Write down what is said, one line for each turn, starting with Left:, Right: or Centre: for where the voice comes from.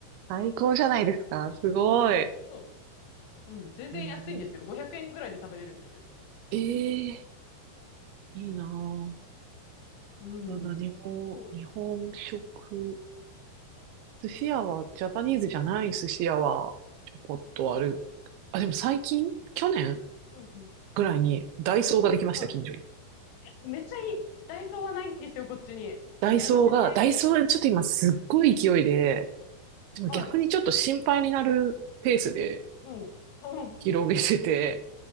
Right: 最高じゃないですか。すごい。え
Left: そう。うん、全然安いんですよ。
Right: ー、
Left: 500円ぐらいで食べれるんですよ。
Right: えーいいなぁ。
Left: うん。
Right: まあ、何も、
Left: そ
Right: 日本食。寿司屋は、ジャパニーズじゃない寿司屋は、ちょこっとある。あ、でも最近、去年
Left: う。うん、うん、
Right: ぐらいに、
Left: うん。
Right: ダイソーができました、
Left: はい。
Right: 近所に。
Left: めっちゃいい。ダイソーはないんですよ、こっちに。
Right: ダイソーが、
Left: 羨ましい。
Right: ダイソーちょっと今すっごい勢いで、でも逆にちょっと心配になるペースで、
Left: はい。うん。うん。
Right: 広げてて、